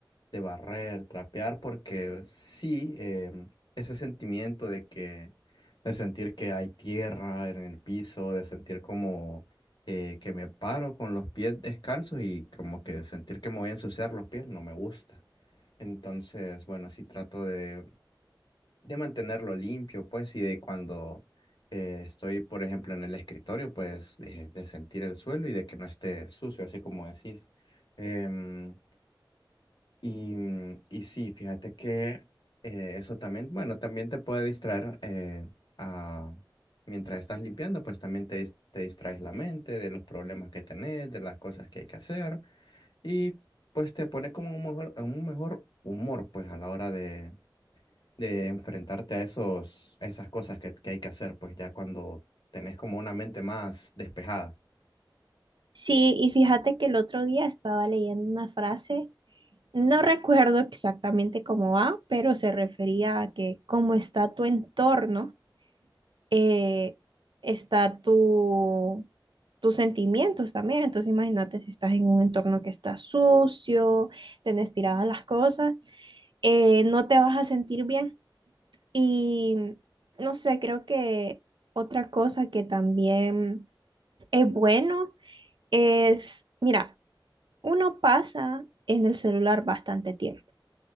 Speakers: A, on the left; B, on the right.
A: de barrer, trapear, porque sí, em, ese sentimiento de que, de sentir que hay tierra en el piso, de sentir como eh, que me paro con los pies descalzos y como que sentir que me voy a ensuciar los pies, no me gusta. Entonces, bueno, sí trato de de mantenerlo limpio, pues, y de cuando eh, estoy, por ejemplo, en el escritorio, pues, de, de sentir el suelo y de que no esté sucio, así como decís. Em, y, mm, y sí, fíjate que eh, eso también, bueno, también te puede distraer eh, a, mientras estás limpiando, pues también te, dis- te distraes la mente de los problemas que tenés, de las cosas que hay que hacer y pues te pone como un mejor, en un mejor humor, pues, a la hora de de enfrentarte a esos, a esas cosas que, que hay que hacer, pues ya cuando tenés como una mente más despejada.
B: Sí, y fíjate que el otro día estaba leyendo una frase, no recuerdo exactamente cómo va, pero se refería a que cómo está tu entorno eh, está tu, tus sentimientos también. Entonces imagínate si estás en un entorno que está sucio, tenés tiradas las cosas, eh, no te vas a sentir bien. Y no sé, creo que otra cosa que también es bueno es, mira, uno pasa en el celular bastante tiempo.